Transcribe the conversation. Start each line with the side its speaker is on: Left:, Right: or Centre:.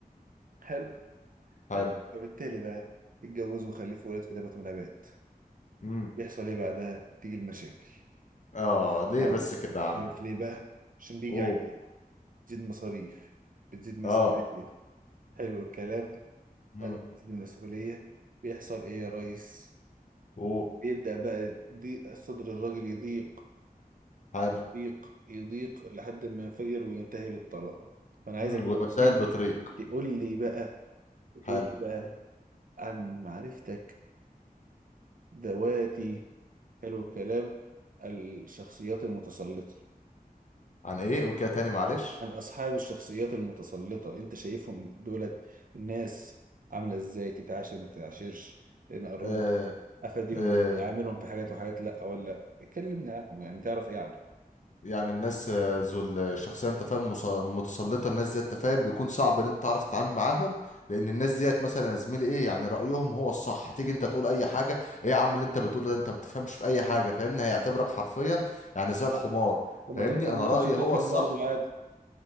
Right: حلو
Left: حلو
Right: حلو فبالتالي بقى اتجوزوا وخلفوا ولد في تبات ونبات
Left: مم.
Right: يحصل ايه بعدها تيجي المشاكل
Left: اه ليه
Right: اه
Left: بس كده يا عم
Right: عارف ليه بقى عشان بيجي
Left: اوه
Right: بتزيد مصاريف بتزيد مسؤولية
Left: اه
Right: حلو الكلام
Left: مم.
Right: بعد ما بتزيد المسؤولية بيحصل إيه يا ريس
Left: اوه
Right: بيبدأ بقى ضيق صدر الراجل يضيق
Left: حلو
Right: يضيق يضيق لحد ما ينفجر وينتهي بالطلاق فأنا عايزك
Left: مم.
Right: بقى
Left: ومسائل
Right: من
Left: بطريق
Right: هنا تقول لي بقى تقول
Left: حلو
Right: لي بقى عن معرفتك بذواتي حلو الكلام الشخصيات المتسلطة
Left: عن ايه قول كده تاني معلش
Right: عن أصحاب الشخصيات المتسلطة أنت شايفهم دولت الناس عاملة إزاي تتعاشر ما تتعاشرش نقربهم
Left: آه.
Right: أفاديهم
Left: آه.
Right: إزاي أعاملهم في حاجات وحاجات لأ ولا لأ كلمني عنهم يعني تعرف إيه عنهم
Left: يعني الناس آه، ذو الشخصيه انت فاهم مص- متسلطه الناس ديت انت فاهم بيكون صعب ان انت تعرف تتعامل معاهم لان الناس ديت مثلا يا زميلي ايه يعني رايهم هو الصح هتيجي انت تقول اي حاجه ايه يا عم اللي انت بتقوله ده انت ما بتفهمش في اي حاجه فاهمني هيعتبرك حرفيا يعني زي الحمار
Right: طب
Left: فاهمني
Right: ما أنت ممكن
Left: انا
Right: ما تكونش
Left: رايي
Right: بتفهم
Left: هو الصح
Right: برضه عادي